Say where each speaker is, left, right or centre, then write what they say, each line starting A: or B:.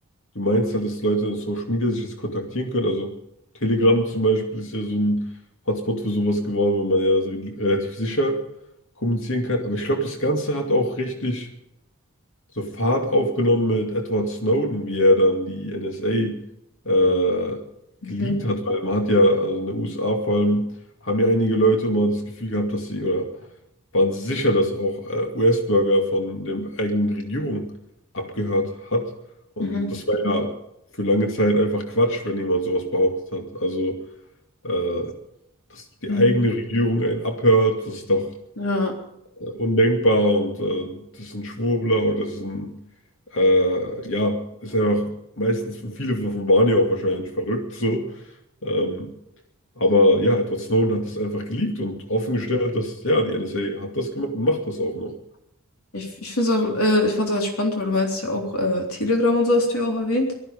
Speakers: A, on the left; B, on the left.
A: du meinst halt, dass Leute in Social Media sich jetzt kontaktieren können. Also Telegram zum Beispiel ist ja so ein Hotspot für sowas geworden, weil man ja so re- relativ sicher kommunizieren kann. Aber ich glaube, das Ganze hat auch richtig so Fahrt aufgenommen mit Edward Snowden, wie er dann die NSA äh,
B: Mhm.
A: geleakt hat, weil man hat ja, also in den USA vor allem, haben ja einige Leute immer das Gefühl gehabt, dass sie oder waren sicher, dass auch äh, US-Bürger von der eigenen Regierung abgehört hat. Und
B: Mhm.
A: das war ja für lange Zeit einfach Quatsch, wenn jemand sowas behauptet hat. Also, äh, dass die
B: Mhm.
A: eigene Regierung einen abhört, das ist doch
B: Ja.
A: äh, undenkbar und äh, das ist ein Schwurbler oder das ist ein äh, ja, ist einfach meistens für viele von Barney auch wahrscheinlich verrückt so. Ähm, aber ja, Edward Snowden hat das einfach geleakt und offengestellt, dass ja, die NSA hat das gemacht und macht das auch noch.
B: Ich, ich find's auch, äh, ich fand es halt spannend, weil du meinst ja auch äh, Telegram und so hast du ja auch erwähnt.